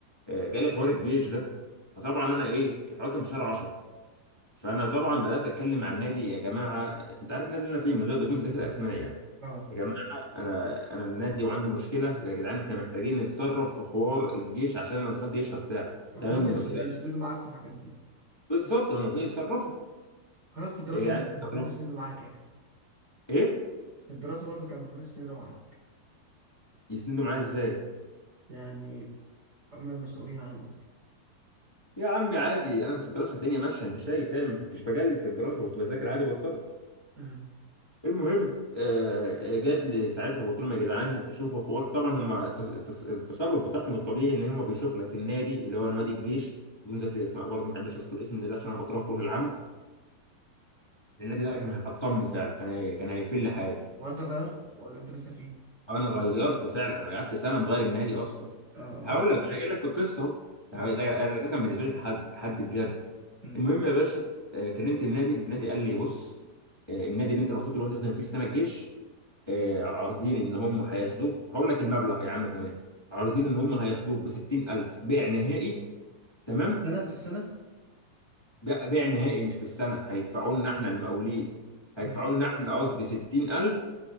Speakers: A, on the left; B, on the right.
A: آه، جالي حوار الجيش ده فطبعا انا ايه الحوار كان في شهر 10 فانا طبعا بدات اتكلم مع النادي يا جماعه انت عارف النادي اللي انا فيه من غير بدون ذكر اسماء يعني
B: اه
A: يا جماعه انا انا النادي وعندي مشكله يا جدعان احنا محتاجين نتصرف في حوار الجيش عشان أنا لو دخلت جيش هبتاع
B: المفروض
A: تمام
B: ما
A: وما
B: يسد-
A: تقلقش
B: يسندوا معاك في الحاجات دي
A: بالظبط هم المفروض يتصرفوا
B: خلاك في الدراسة
A: يا جدعان
B: برضه كان المفروض
A: يتصرفوا
B: يسندوا معاك يعني
A: ايه
B: في الدراسة برضو كان المفروض يسندوا معاك
A: يسندوا معايا ازاي
B: يعني هم المسؤولين عنك
A: يا عمي عادي انا كنت في دراسه الدنيا ماشيه انت شايف يعني ما كنتش بجلي في الدراسه كنت بذاكر عادي وبتصرف
B: مم.
A: المهم آه جات لي ساعتها وقلت لهم يا جدعان شوفوا حوار طبعا هم التصرف بتاعهم الطبيعي ان هم بيشوفوا لك النادي اللي هو نوادي الجيش بدون ذكر اسماء برضه ما بحبش اذكر اسم النادي عشان انا بكرهه كره العمى النادي ده كان هيحطمني فعلا كان هي... كان هيقفل لي حياتي
B: هو أنت غيرت ولا أنت لسه فيه؟
A: انا غيرت فعلا انا قعدت سنه مغير النادي اصلا
B: آه آه
A: هقول لك انا جاي لك في القصه
B: آه
A: اهو ده ده- انا ده كان بالنسبه لي تحدي تحدي بجد
B: مم. مم.
A: المهم يا باشا آه، كلمت النادي النادي قال لي بص آه، النادي اللي انت المفروض تروح تخدم فيه السنه الجيش آه، عارضين ان هم هياخدوك هقول لك المبلغ يا عم كمان عارضين ان هم هياخدوك ب 60000 بيع نهائي تمام
B: سنة في السنة؟
A: بيع بيع نهائي مش في السنة هيدفعوا لنا احنا المقاولين هيدفعوا
B: مم.
A: لنا احنا قصدي 60000